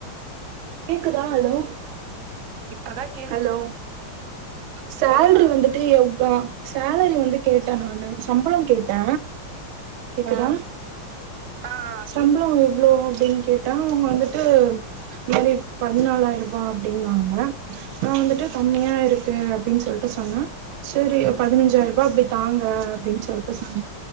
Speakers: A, on the right; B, on the right.
A: கேக்குதா ஹலோ
B: இப்ப தா கேக்
A: ஹலோ சேல்ரி
B: சொல்லுங்க
A: வந்து எ சேலரி வந்து கேட்ட நானு சம்பளம் கேட்ட கேக்குதா
B: ம் ஆ
A: சம்பளம்
B: கேக்குது
A: எவ்ளோ அப்டின்னு கேட்டா அவுங்க வந்துட்டு இது மாரி பதினாலாயிரம் ரூபா அப்டின்னாங்க நா வந்துட்டு
B: ம்
A: கம்மியா இருக்கு அப்டின்னு சொல் சொன்ன சநரி பதினஞ்சாயிரம்
B: ம்
A: ரூபா அப்டி தாங்க அப்டின் சொல்ட்டு சொன்ன